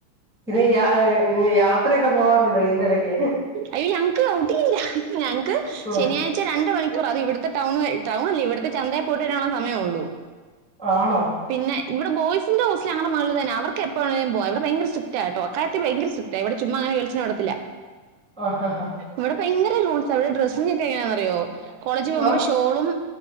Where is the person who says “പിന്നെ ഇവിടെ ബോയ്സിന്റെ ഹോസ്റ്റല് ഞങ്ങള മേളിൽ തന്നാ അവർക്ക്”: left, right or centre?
Right